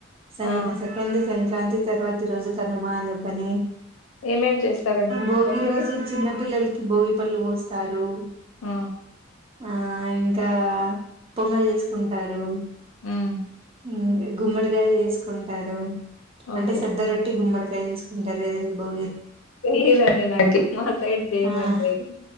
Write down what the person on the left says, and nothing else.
ఆ
ఏమేం చేస్తారండి సంక్రాంతికి
ఆ
ఉమ్
ఓకే
తెలీదండి నాకి మా సైడ్ చేయమండి
అది